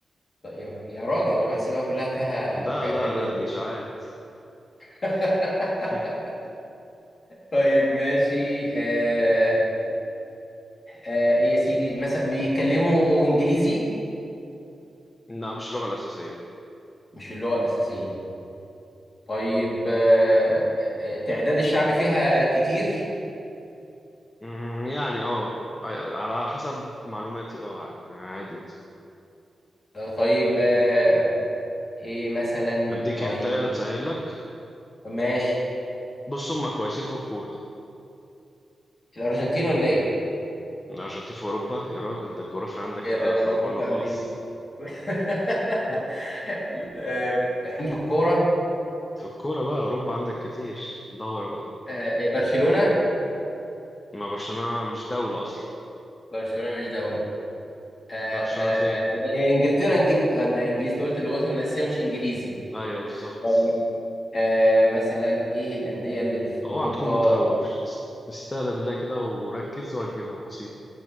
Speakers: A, on the left; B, on the left.
A: طيب يا راجل انا بحسب بقى كلها فيها
B: ده
A: حاجات
B: لا
A: حلوة
B: لا
A: زي
B: دي اشاعات
A: <laughs>
B: <laughs>
A: طيب ماشي آه آه إيه يا سيدي مثلا بيتكلموا انجليزي
B: لا مش اللغة الأساسية
A: مش اللغة الأساسية طيب آه آه، آه، تعداد الشعب فيها كتير
B: أمم، يعني اه على حسب معلوماتي اه عادي
A: آه، طيب آه، ايه مثلا
B: اديك
A: طيب
B: هنتايه تسهل لك
A: ماشي
B: بص هم كويسين في الكورة
A: الارجنتين ولا ايه
B: الأرجنتين في أوروبا يا راجل ده الجغرافيا عندك
A: إيه،
B: كده
A: الارجنتين
B: خربانة
A: في
B: خالص
A: امريكا <laughs>
B: <laughs>
A: آه، احنا في الكوره
B: في الكورة بقى أوروبا عندك كتير دور بقى
A: آه، إيه، برشلونه
B: ما برشلونة مش دولة أصلا
A: برشلونه مش دوله آه،
B: برشلونة
A: آه،
B: فين؟
A: آه، يبقى إيه، انجلترا إنجل... آه، لا انجليزي أنت قلت لغتهم الاساسيه مش انجليزي
B: أيوة بالظبط
A: طيب آه، مثلا ايه الانديه اللي في
B: اوعى
A: اوروبا
B: تكون متهور استهدى بالله كده وركز وهتجيبها بسيط